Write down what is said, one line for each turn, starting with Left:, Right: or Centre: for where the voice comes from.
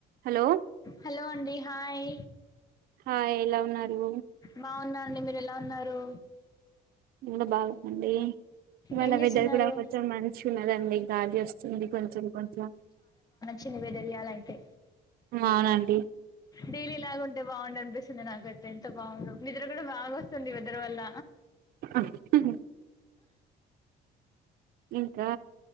Right: Hello
Left: hello అండి hi?
Right: ఆయ్ ఎలా ఉన్నారు?
Left: బావున్నా అండి మీరు ఎలా ఉన్నారు?
Right: నేను కూడా బాగునండి. ఇవాళ
Left: ఏం చేస్తున్నారు
Right: వెదర్ కూడా కొంచెం మంచిగా ఉన్నదండి గాలి వస్తుంది కొంచెం కొంచెం
Left: చిన్న బెదర్యాల అయితే
Right: మావునన్
Left: డైలీ లాగా ఉంటే బావుంది అనిపిస్తుంది నాకైతే ఎంత బాగు నిద్ర కూడా బాగా వస్తుంది ఇ విదరు వల్ల
Right: ఆహు ఇంకా